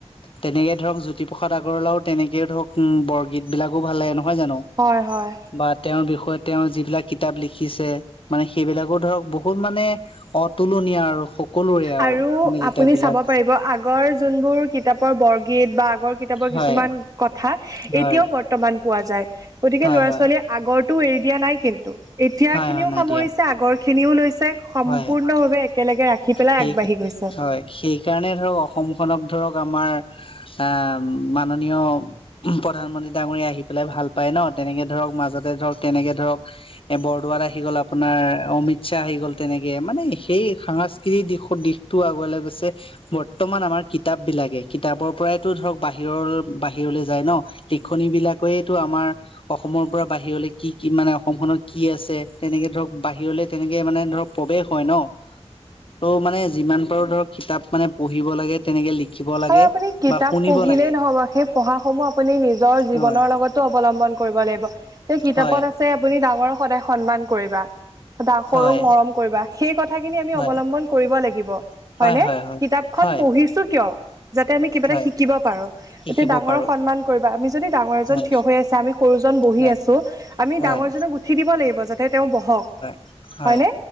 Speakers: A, on the left; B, on the right.
A: তেনেকে ধৰক জ্যোতিপ্ৰৰসাদ আগৰৱালাও তেনেকেও ধৰক উম বৰগীত বিলাকো ভাল লাগে নহয় জানো?
B: হয়, হয়।
A: বা তেওঁৰ বিষয়ে তেওঁ যিবিলাক কিতাপ লিখিছে মানে সেইবিলাকো ধৰক বহুত মানে- অতুলনীয়া আৰু- সকলোৰে
B: আৰু
A: মানে কিতাপ
B: আপুনি
A: বিলাক
B: চাব পাৰিব আগ- গৰ যোনবোৰ কিতাপৰ বৰগীত বা আগৰ কিতাপৰ কিছুমান
A: হয়
B: কথা এতিয়াও
A: হয়
B: ব- ৰ্তমান পোৱা যায়, গতিকে
A: হয়
B: ল'ৰা
A: হয়
B: ছোৱালীয়ে আগৰতো এৰি দিয়া নাই কিন্তু। এতিয়া
A: হয়
B: খিনিও
A: হয় নাই
B: সামৰিছে
A: দিয়া
B: আগৰ খিনিও লৈছে সম্পূৰ্ণভাৱে
A: হয়
B: একেলগে ৰা- সি পেলাই
A: সেই
B: আগবাঢ়ি গৈছে।
A: হয়, সেই- কাৰণে ধৰক অসমখনক ধৰক আমাৰ আ মাননীয়- প্ৰধানমন্ত্ৰী ডাঙৰি আহি পেলাই ভাল পায় ন, তেনেকে ধৰক মাজতে ধৰক তেনেকে ধৰক- এ, বৰদোৱাৰ আহি গ'ল আপোনাৰ অমিত শ্বাহ আহি গ'ল। তেনেকে মানে সেই সাংস্কৃতিক দিশৰ দিশটো আগলৈ গৈছে। বৰ্তমান আমাৰ কিতাপ বিলাকে কিতাপৰ পৰাইতো ধৰক বাহিৰৰ, বাহিৰলৈ যায় ন। তিখণি বিলাকেটো আমাৰ- অসমৰ পৰা বাহিৰলে কি কি মানে অসমখনত কি আছে, তেনেকে ধৰক বাহিৰলে তেনেকে মানে ধৰক- প্ৰৱেশ হয় ন, ত মানে যিমান পাৰো ধৰক কিতাপ মানে পঢ়িব লাগে- তেনেকে লিখিব।
B: হয়
A: লাগে
B: আপুনি কিতাপ
A: বা শুনিব
B: পঢ়িলেই
A: লাগে
B: নহব, সেই পঢ়া সমূহ আপুনি নিজৰ জীৱনৰ
A: হয়
B: লগতো অৱলম্বন কৰিব লাগিব। ত কিতাপত
A: হয়
B: আছে আপুনি ডাঙৰক সদায় সন্মান কৰিবা, দা সৰুক
A: হয়
B: মৰম কৰিবা। সেই কথাখিনি আমি
A: হয়,
B: অৱলম্বন কৰিব লাগিব
A: হয়,
B: হয়নে?
A: হয়, হয়,
B: কিতাপখন
A: হয়,
B: পঢ়িছো কিয়? যাতে আমি কিবা
A: হয়,
B: এটা শিকিব পাৰো। এতিয়া
A: শিকিব
B: ডাঙৰক
A: পাৰো
B: সন্মান কৰিবা, আমি যদি ডাঙৰ এজন
A: হয়,
B: থিয় হৈ আছে, আমি সৰুজন বহি
A: হয়,
B: আছো- আমি
A: হয়,
B: ডাঙৰজনক উঠি দিব লাগিব, যাতে তেওঁ বহক।
A: হ-
B: হয় নে?